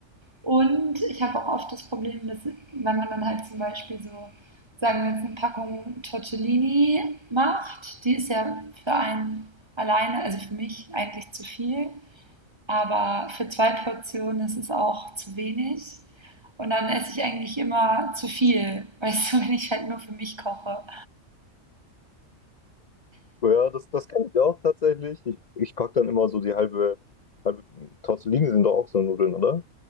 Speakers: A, on the right; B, on the left.
A: Und ich habe auch oft das Problem, dass wenn man dann halt zum Beispiel so, sagen wir jetzt eine Packung Tortellini macht, die ist ja für einen alleine, also für mich eigentlich zu viel, aber für zwei Portionen ist es auch zu wenig. Und dann esse ich eigentlich immer zu viel, <laughs> weißt du, wenn ich halt nur für mich koche.
B: Ja, das, das kann ich auch tatsächlich. Ich, ich packe dann immer so die halbe, halbe Tortellini sind doch auch so Nudeln, oder?